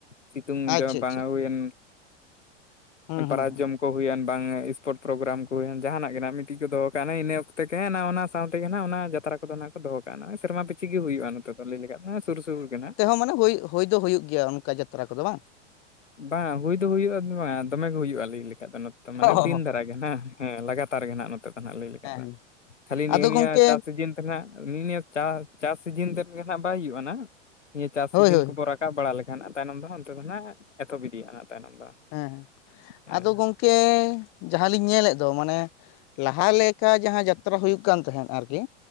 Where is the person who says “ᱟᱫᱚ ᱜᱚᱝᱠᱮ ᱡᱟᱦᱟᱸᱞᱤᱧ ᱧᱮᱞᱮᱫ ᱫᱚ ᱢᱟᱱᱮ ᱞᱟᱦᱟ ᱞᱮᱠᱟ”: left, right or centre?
Left